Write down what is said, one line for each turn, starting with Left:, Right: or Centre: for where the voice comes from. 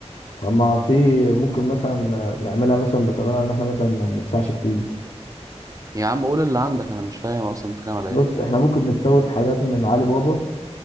Left: طب ما في ممكن مثلا نعملها مثلا بطريقه ان احنا مثلا ما ندفعش كتير
Right: يا عم قول اللي عندك انا مش فاهم اصلا بتتكلم على
Left: بص
Right: ايه
Left: احنا ممكن نستورد حاجات من علي بابا